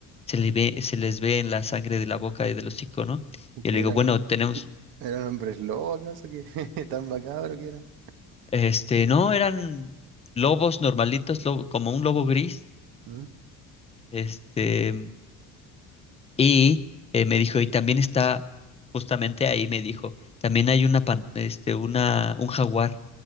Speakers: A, on the left; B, on the right.
A: Se le ve, se les ve en la sangre de la boca y del hocico, ¿no?
B: ¿Y
A: Y
B: ¿Qué
A: le digo,
B: era?
A: bueno, tenemos,
B: ¿Eran hombres lobo acaso? que <laughs> tan macabro que era?
A: este, no, eran lobos normalitos, lobo- como un lobo gris,
B: ¿Mm?
A: este, Y eh, me dijo, y también está, justamente ahí me dijo, también hay una, pan- este, una, un jaguar